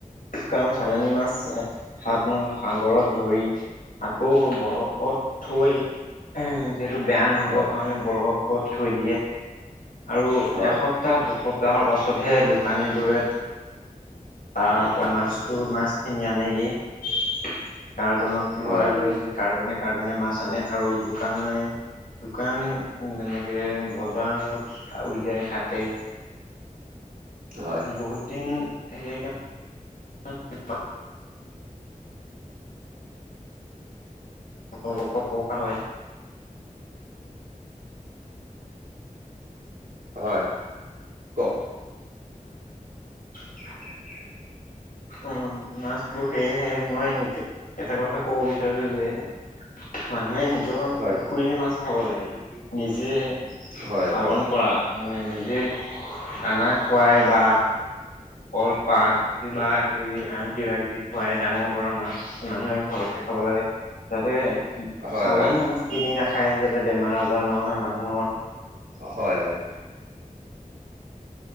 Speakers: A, on the left (about 75°); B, on the right (about 85°).
A: কাৰণ চালানী মাছ হতনো সাগৰত ধৰি আকৌ বৰফত থৈ এহ যিহেতু বেয়া নহ'বৰ
B: হয়
A: কাৰণে বৰফৰ ওপৰত থৈ দিয়ে আৰু
B: হয়
A: এসপ্তাহ দুসপ্তাহ হৰ পাছতহে দোকানীবোৰে তাৰপৰা মাছটো মাছখিনি আনেগে। কাৰ্টুনত
B: হয়
A: ভৰাই থৈ যি কাৰ্টুনে কাৰ্টুনে মাছ আনে আৰু দোকানে মানে দোকান যেনেকে বজাৰত উলিয়াই কাটে।
B: হয়
A: বহুত দিন সেইকাৰণে। <unintelligible> অপকাৰ হয়।
B: হয় কওক।
A: <unintelligible> অ মাছবোৰ সেয়েহে মই এতিয়া এটা কথা কব বিচাৰিছো যে। মানুহে নিজৰ
B: হয়
A: পুখুৰীৰ মাছ খাব লাগে নিজে
B: হয়
A: পালন
B: হয়
A: কৰা মানে নিজে দানা খুৱাই বা কলপাত কিবা কিবি আন কিবা কিবি খুৱাই ডাঙৰ কৰা মাছ মানুহে ঘৰত খাব লাগে যাতে
B: হয়
A: চালানি
B: হয়
A: মাছ কিনি নাখায় যাতে বেমাৰ আজাৰ নহয় মানুহৰ
B: হয় হয়